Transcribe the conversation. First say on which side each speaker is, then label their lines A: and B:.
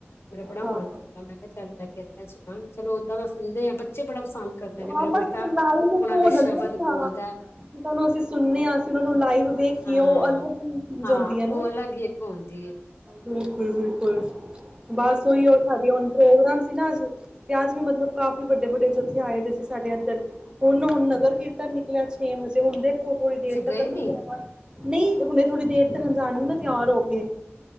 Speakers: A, on the left (about 60°); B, on the right (about 20°).
A: ਮੇਰਾ ਬੜਾ
B: ਹਾਂ
A: ਮਨ ਸੀਗਾ ਮੈਂ ਕਿਹਾ ਚਲ ਮੈਂ ਕਿਹਾ ਇੱਦਾਂ ਸੁਣਾਂਗੀ ਚਲੋ ਏਦਾਂ ਤਾਂ ਸੁਣਦੇ ਆ ਬੱਚੇ ਬੜਾ ਪਸੰਦ ਕਰਦੇ ਨੇ
B: ਹਾਂ
A: ਮੇਰਾ
B: ਬਸ
A: ਬੇਟਾ
B: ਲਾਈਵ ਇੱਕ
A: ਉਹਨਾਂ
B: ਹੋ
A: ਦੇ
B: ਜਾਂਦਾ
A: ਸ਼ਬਦ
B: ਨਾ ਕਿ ਹਾਂ
A: ਬੋਲਦਾ
B: ਜਿਹਨਾਂ ਸੁਣਨੇ ਹ ਅਸੀ ਉਹਨਾ ਨੂੰ ਲਾਈਵ ਵੇਖੀਏ
A: ਹਾਂ
B: ਉਹ ਅਲੱਗ ਚੀਜ਼
A: ਹਾਂ
B: ਹੁੰਦੀ ਹੈ।
A: ਉਹ ਅਲੱਗ ਹੀ ਇੱਕ ਹੁੰਦੀ ਹੈ
B: ਬਿਲਕੁਲ ਬਿਲਕੁਲ ਬਸ ਉਹੀ ਉਹ ਸਾਡੇ ਹੁਣ ਪ੍ਰੋਗਰਾਮ ਸੀ ਨਾ ਅਜ ਤੇ ਅਜ ਵੀ ਮਤਲਬ ਕਾਫੀ ਵੱਡੇ ਵੱਡੇ ਜਥੇ ਆਏ ਸੀ ਸਾਡੇ ਇਧਰ ਹੁਣੇ ਹੁਣੇ ਨਗਰ ਕੀਰਤਨ ਨਿਕਲਿਆ ਛੇ ਵਜੇ ਹੁਣੇ ਰੱਖੋ ਥੋੜੀ
A: ਤੁਸੀਂ
B: ਦੇਰ ਤੱਕਨੂੰ
A: ਗਏ ਨੀ
B: ਪਵਾਂ ਨਹੀ ਹੁਣੇ ਥੋੜੀ ਦੇਰ ਤੱਕ ਜਾਣਗੇ ਨਾ ਤਿਆਰ ਹੋ ਕੇ